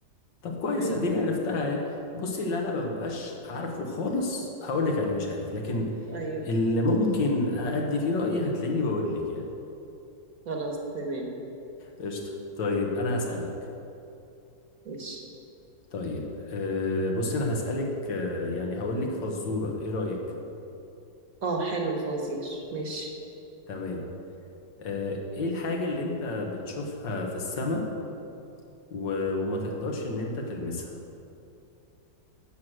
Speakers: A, on the left; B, on the right.
A: طب كويس
B: أيوه
A: اديني عرفتها يعني بصي اللي انا ما ببقاش عارفه خالص هقول لك عليه مش عارف لكن
B: أيوه
A: اللي ممكن أدي فيه رأيي هتلاقيني بقول لك يعني
B: خلاص تمام
A: قشطة طيب أنا هسألك
B: ماشي
A: طيب أه بص أنا هسألك أه يعني هقول لك فزورة إيه رأيك؟
B: اه حلو فوزير ماشي
A: تمام أه إيه الحاجة اللي أنت بتشوفها في السماء و... وما تقدرش إن أنت تلمسها؟